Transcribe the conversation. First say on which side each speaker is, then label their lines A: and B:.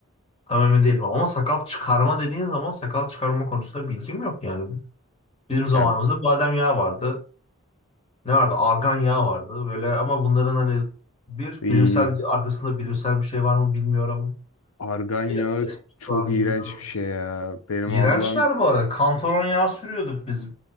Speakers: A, on the left (about 25°); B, on the left (about 85°).
A: Tam emin değilim ama sakal çıkarma dediğin zaman sakal çıkarma konusunda bilgim yok yani. Bizim zamanımızda
B: Ya
A: badem yağı vardı. Ne vardı? Argan yağı vardı. Böyle ama bunların hani bir
B: iyi.
A: bilimsel arkasında bilimsel bir şey var mı bilmiyorum.
B: Argan yağı
A: Ya, Esprisi
B: çok
A: var mı
B: iğrenç
A: bilmiyorum.
B: bir şey ya. Benim
A: İğrençler
B: ablam
A: bu arada. Kantaron yağı sürüyorduk biz.